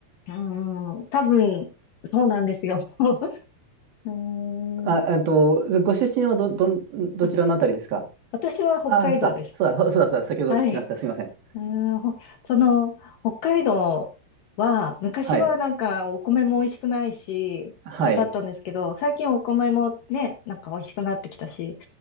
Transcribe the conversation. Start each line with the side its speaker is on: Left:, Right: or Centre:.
Left: うーん、多分、そうなんですよ。<laughs> うー
Right: あ、
Left: ん、
Right: えっと、ご出身はど、どん、どちらのあたりですか
Left: あ、私は北海道です。
Right: ああ、そうか。そうだ、そうだ、そうだ、先ほど聞きました。
Left: はい。
Right: すいません。
Left: うーん、ほその、北海道は、昔はなんかお米も美味しくないし、
Right: はい。はい。
Left: あれだったんですけど、最近お米もね、なんか美味しくなってきたし、